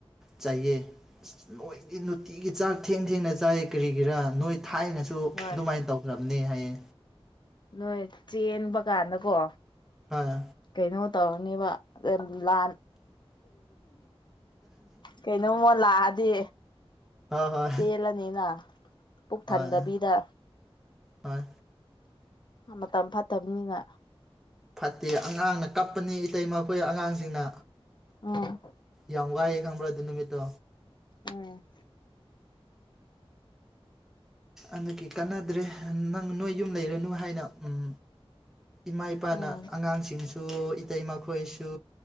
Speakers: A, in the centre; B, on the left.
A: ꯆꯩꯌꯦ ꯅꯣꯏꯗꯤ ꯅꯨꯇꯤꯒꯤ ꯆꯥꯛ ꯊꯦꯡ ꯊꯦꯡꯅ ꯆ ꯆꯥꯏ ꯀꯔꯤꯒꯤꯔꯥ ꯅꯣꯏ ꯊꯥꯏꯅꯁꯨ
B: ꯍꯣꯏ
A: ꯑꯗꯨꯃꯥꯏꯟ ꯇꯧꯈ꯭ꯔꯕꯅꯦ ꯍꯥꯏꯌꯦ
B: ꯅꯣꯏ ꯆꯦꯟꯕ ꯀꯥꯟꯗꯀꯣ
A: ꯍꯣꯏ
B: ꯀꯩꯅꯣ ꯇꯧꯔꯅꯤꯕ ꯑ ꯂꯥꯟ ꯀꯩꯅꯣꯃ ꯂꯥꯛꯑ ꯗꯤ
A: ꯍꯣꯏ ꯍꯣꯏ
B: ꯆꯦꯜꯂꯅꯤꯅ ꯄꯨꯛ
A: ꯍꯣꯏ
B: ꯊꯟꯗꯕꯤꯗ
A: ꯍꯣꯏ
B: ꯃꯇꯝ ꯐꯠꯇꯝꯅꯤꯅ
A: ꯐꯠꯇꯦ ꯑꯉꯥꯡꯅ ꯀꯞꯄꯅꯤ ꯏꯇꯩ ꯃꯈꯣꯏ ꯑꯉꯥꯡꯁꯤꯡꯅ
B: ꯑꯥ
A: ꯌꯥꯝ ꯋꯥꯏꯑꯦ ꯈꯪꯕ꯭ꯔ ꯑꯗꯨ ꯅꯨꯃꯤꯠꯇꯣ
B: ꯎꯝ
A: <unintelligible> ꯀꯥꯟꯅꯗ꯭ꯔꯦ ꯅꯪ ꯅꯣꯏ ꯌꯨꯝ ꯂꯩꯔꯅꯨ ꯍꯥꯏꯅ ꯎꯝ ꯏꯃꯥ ꯏꯄꯥꯅ
B: ꯎꯝ
A: ꯑꯉꯥꯡꯁꯤꯡꯁꯨ ꯏꯇꯩꯃꯈꯣꯏ ꯁꯨ